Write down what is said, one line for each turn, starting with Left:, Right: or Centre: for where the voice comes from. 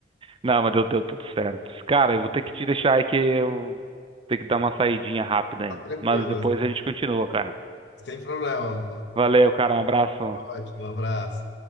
Right: Não, mas deu, deu tudo certo. Cara, eu vou ter que te deixar aí que eu tenho que dar uma saidinha rápida aí.
Left: Tá tranquilo,
Right: Mas depois a gente continua, cara.
Left: sem problema.
Right: Valeu, cara. Um abraço.
Left: Ótimo, um abraço.